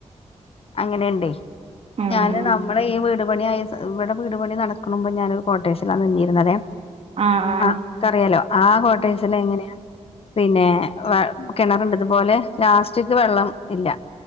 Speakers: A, on the left (about 55°); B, on the right (about 60°).
A: അങ്ങനെയുണ്ടേ
B: ആഹ് ഉം
A: ഞാന് ന മ്മളെ ഈ വീട് പണിയായ സ ഇവിടെ വീട്പണി നടക്കുമ്പോൾ ഞാനൊരു കോട്ടേഴ്സിലാണ് നിന്നിരുന്നത്
B: ആഹ് ആഹ്
A: അ ക്കറിയാലോ ആ കോട്ടേഴ്സില് എങ്ങനെയാ പിന്നെ വ കിണറണ്ട്തുപോലെ ലാസ്റ്റ്ക്ക് വെള്ളം ഇല്ല